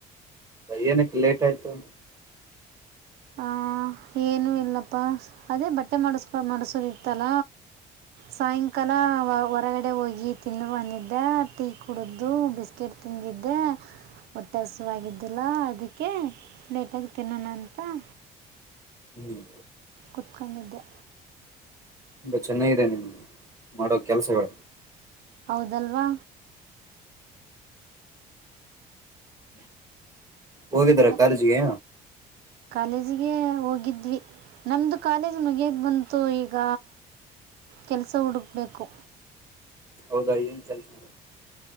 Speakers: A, on the right; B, on the right.
A: ಏನಕ್ಕೆ ಲೇಟ್ ಆಯ್ತು?
B: ಹ ಏನು ಇಲ್ಲಪ್ಪಾ ಅದೇ ಬಟ್ಟೆ ಮಾಡಸ್ ಮಾಡಸೋದಿತ್ತಲ. ಸಾಯಂಕಾಲ ವ ಹೊರಗಡೆ ಹೋಗಿ ತಿನ್ನುಂದಿದ್ದೆ, ಟೀ ಕುಡಿದ್ದು ಬಿಸ್ಕೆಟ್ ತಿಂದಿದ್ದೆ ಹೊಟ್ಟೆ ಹಸುವಾಗಿದ್ದಿಲ್ಲ, ಅದಕ್ಕೆ ಲೇಟಾಗಿ ತಿನ್ನೋಣಂತ ಹಂ
A: ಹ್ಮ್
B: ಕುತ್ಕೊಂಡಿದ್ದೆ
A: ತುಂಬ ಚೆನ್ನಾಗಿದೆ. ನಿಮ್ಮದ ಮಾಡೋ ಕೆಲಸಗಳು
B: ಹೌದಲ್ವಾ
A: ಹೋಗಿದ್ರಾ
B: ಮ-
A: ಕಾಲೇಜ್ಗೆ?
B: ಕಾಲೇಜಿಗೆ ಹೋಗಿದ್ವಿ, ನಮ್ದು ಕಾಲೇಜ್ ಮಗಿಯಾಕ ಬಂತು, ಈಗ ಕೆಲಸ ಹುಡುಕಬೇಕು.
A: ಹೌದ ಏನ್ ಕೆಲಸಾ